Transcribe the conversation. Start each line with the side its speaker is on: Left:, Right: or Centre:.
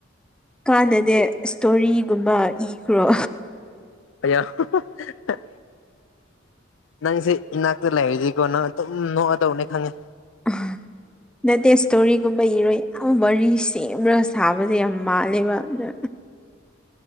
Centre: ꯀꯥꯟꯅꯗꯦ ꯏꯁꯇꯣꯔꯤꯒꯨꯝꯕ ꯏꯈ꯭ꯔꯣ
Left: <unintelligible> ꯅꯪꯁꯦ ꯏꯅꯥꯛꯇ ꯂꯩꯔꯗꯀꯣ ꯅꯪ ꯑꯗꯨꯝ ꯅꯣꯛꯑ ꯇꯧꯕꯅꯦ ꯈꯪꯉꯦ
Centre: ꯎꯝ ꯅꯠꯇꯦ ꯏꯁꯇꯣꯔꯤꯒꯨꯝꯕ ꯏꯔꯣ ꯌꯥꯝ ꯋꯥꯔꯤ ꯁꯦꯝꯔꯒ ꯁꯥꯕꯁꯦ ꯌꯥꯝ ꯃꯥꯜꯂꯦꯕ ꯑꯗꯨ